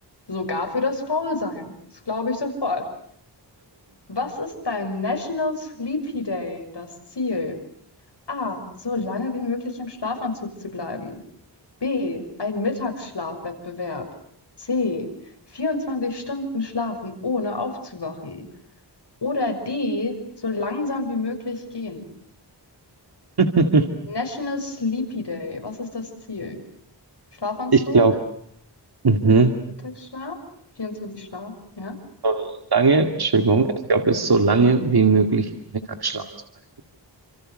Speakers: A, on the left (about 65°); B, on the right (about 60°).
A: Sogar für das Faulsein. Das glaube ich sofort. Was ist beim National Sleepy Day das Ziel? A. So lange wie möglich im Schlafanzug zu bleiben. B. Ein Mittagsschlafwettbewerb. C. 24 Stunden schlafen, ohne aufzuwachen. Oder D. So langsam wie möglich gehen.
B: <laughs>
A: National Sleepy Day. Was ist das Ziel? Schlafanzug,
B: Ich glaube, mhm.
A: Mittagsschlaf, 24 Schlaf, ja.
B: So lange, Entschuldigung, ich glaube, es ist so lange wie möglich Mittagsschlaf zu halten.